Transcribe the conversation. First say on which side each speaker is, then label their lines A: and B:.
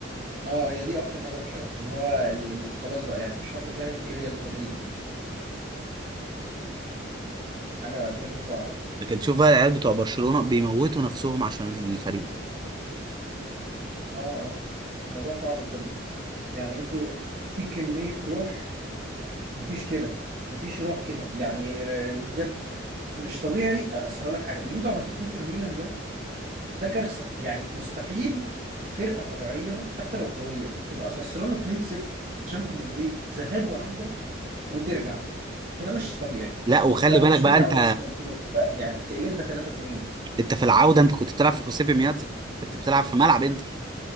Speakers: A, on the right; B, on the right.
A: اه هي دي اكتر حاجه وحشه قوي ان هو ال- ال- خلاص بقى يعني مفيش حد فاهم ايه ريال مدريد دي حاجه بجد صعبه
B: لكن تشوف بقى العيال بتوع برشلونه بيموتوا نفسهم عشان الفريق
A: اه اه الموضوع صعب بجد يعني انتوا في كميه روح مفيش كده مفيش روح كده يعني بجد مش طبيعي اصل هقول لك حاجه اللي انتوا عملتوه في انتر ميلان ده ده كارثه يعني مستحيل فرقه طبيعيه حتى لو قويه تبقى خسرانه 2-0 في تشامبيونز ليج ذهاب وعوده وترجع ده مش طبيعي
B: لا وخلي
A: لا ده
B: بالك
A: مش ترجع
B: بقى انت
A: وبس ده بتبقى يعني بتقلبها 3 2
B: انت في العودة انت كنت بتلعب في الخصيبي ميادزا كنت بتلعب في ملعب انتر